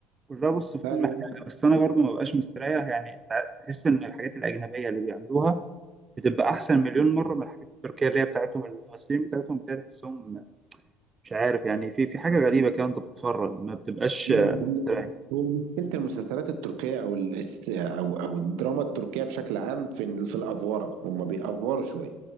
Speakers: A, on the right; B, on the right.
A: كلها بص في
B: لا
A: كل حاجه بس انا برضو ما بقاش مستريح يعني تع- تحس ان الحاجات الاجنبيه اللي بيعملوها بتبقى احسن مليون مره من الحاجات التركيه اللي هي بتاعتهم الممثلين بتاعتهم كده تحسهم مش عارف يعني في في حاجة غريبة كده أنت بتتفرج ما بتبقاش
B: لا، هم-
A: مستريح
B: هو مشكله المسلسلات التركيه او الاس- او او الدراما التركيه بشكل عام في ال- في الافوره هم بيأفوروا شويه